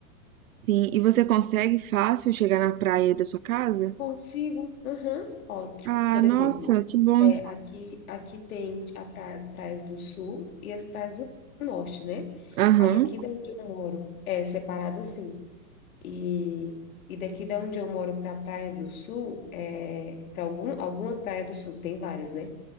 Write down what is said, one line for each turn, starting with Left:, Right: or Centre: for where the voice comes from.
Right: sim. E você consegue fácil chegar na praia da sua casa?
Left: Consigo, aham. Ó, tipo,
Right: Ah,
Left: por
Right: nossa,
Left: exemplo,
Right: que bom.
Left: é, aqui, aqui tem a praia- as praias do sul e as praias do norte, né?
Right: Aham.
Left: Aí aqui da onde eu moro é separado assim. E, e daqui da onde eu moro para a Praia do Sul, é, para algum, alguma praia do sul, tem várias, né?